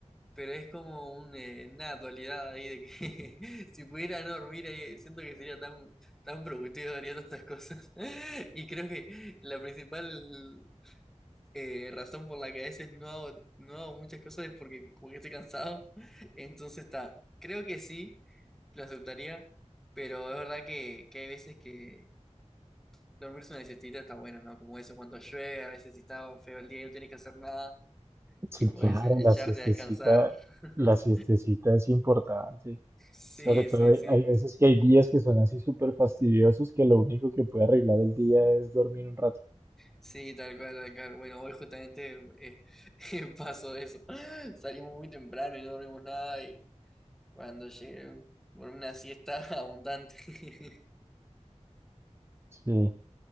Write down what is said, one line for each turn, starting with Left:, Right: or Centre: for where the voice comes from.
Centre: Pero es como un, eh, una dualidad ahí de que <laughs> si pudiera no dormir, eh, siento que sería tan, tan productivo, haría tantas cosas. <laughs> Y creo que la principal eh, razón por la que a veces no hago, no hago muchas cosas es porque como que estoy cansado. <laughs> Entonces está, creo que sí, lo aceptaría, pero es verdad que, que hay veces que dormirse una siestita está bueno, ¿no? Como eso cuando llueve, a veces si está feo el día y no tienes que hacer nada
Right: Sí,
Centre: y puedes
Right: claro,
Centre: echarte
Right: la siestecita,
Centre: a descansar. <laughs>
Right: la siestecita es importante.
Centre: Sí,
Right: Sobre todo
Centre: sí,
Right: hay,
Centre: sí,
Right: hay veces que hay días que son así súper fastidiosos que lo único que puede arreglar el día es dormir un rato.
Centre: sí, tal cual, tal cual. Bueno, hoy justamente eh, <laughs> pasó eso. Salimos muy temprano y no dormimos nada y cuando llegué, dormí una siesta <laughs> abundante. <laughs>
Right: Sí.